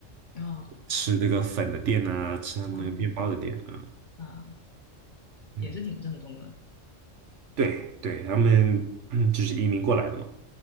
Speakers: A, on the left; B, on the right.
A: 然后
B: 吃这个粉的店啊，吃他们那个面包的店啊，
A: 啊对啊、也是挺正宗的
B: 嗯对对，他们 <clears throat> 嗯就是移民过来的嘛，